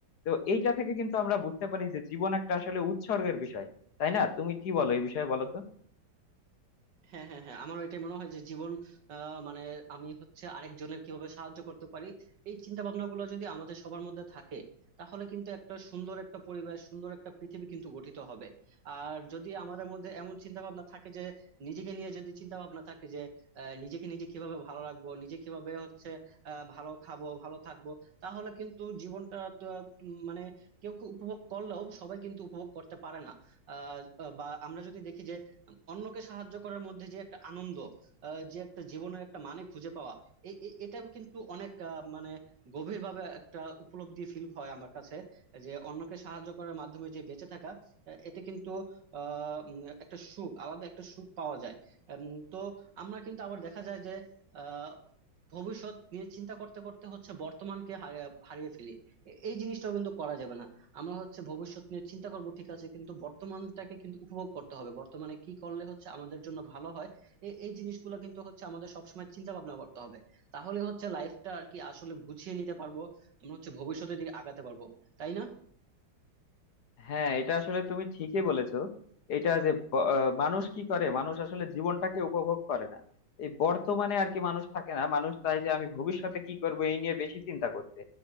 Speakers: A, on the left; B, on the right.
A: তো এইটা থেকে কিন্তু আমরা বুঝতে পারি যে জীবন একটা আসলে উৎসর্গের বিষয় তাই না তুমি কি বলো এই বিষয়ে বলো তো
B: হ্যাঁ হ্যাঁ হ্যাঁ আমারও এটাই মনে হয় যে জীবন আহ, মানে আমি হচ্ছে আরেকজনের কিভাবে সাহায্য করতে পারি এই চিন্তা ভাবনা গুলো যদি আমাদের সবার মধ্যে থাকে তাহলে কিন্তু একটা সুন্দর একটা পরিবেশ সুন্দর একটা পৃথিবী কিন্তু গঠিত হবে আর যদি আমাদের মধ্যে এমন চিন্তা ভাবনা থাকে যে নিজেকে নিয়ে যদি চিন্তা ভাবনা থাকে যে আহ, নিজেকে নিজে কিভাবে ভালো রাখবো নিজে কিভাবে হচ্ছে আহ, ভালো খাবো ভালো থাকবো তাহলে কিন্তু জীবনটা তো, উম, মানে কেউ কেউ উপভোগ করলেও সবাই কিন্তু উপভোগ করতে পারে না আহ, বা আমরা যদি দেখি যে অন্যকে সাহায্য করার মধ্যে যে একটা আনন্দ আহ, যে একটা জীবনের একটা মানে খুঁজে পাওয়া এ- এ- এটা কিন্তু অনেক আহ, মানে গভীরভাবে একটা উপলব্ধি ফিল হয় আমার কাছে যে অন্যকে সাহায্য করার মাধ্যমে যে বেঁচে থাকা আহ, এতে কিন্তু আহ উম, একটা সুখ আলাদা একটা সুখ পাওয়া যায় উম, তো আমরা কিন্তু আবার দেখা যায় যে আহ ভবিষ্যৎ নিয়ে চিন্তা করতে করতে হচ্ছে বর্তমানকে হারিয়ে হারিয়ে ফেলি এ- এই জিনিসটাও কিন্তু করা যাবে না আমরা হচ্ছে ভবিষ্যৎ নিয়ে চিন্তা করব ঠিক আছে কিন্তু বর্তমানটাকে কিন্তু উপভোগ করতে হবে বর্তমানে কি করলে হচ্ছে আমাদের জন্য ভালো হয় এ- এই জিনিসগুলো কিন্তু হচ্ছে আমাদের সবসময় চিন্তা ভাবনা করতে হবে তাহলে হচ্ছে লাইফটা আর কি আসলে গুছিয়ে নিতে পারবো আমরা হচ্ছে ভবিষ্যতের দিকে আগাতে পারবো তাই না
A: হ্যাঁ এটা আসলে তুমি ঠিকই বলেছো এটা যে ব- আহ, মানুষ কি করে মানুষ আসলে জীবনটাকে উপভোগ করে না এই বর্তমানে আর কি মানুষ থাকে না মানুষ চায় যে আমি ভবিষ্যতে কি করব এই নিয়ে বেশি চিন্তা করতে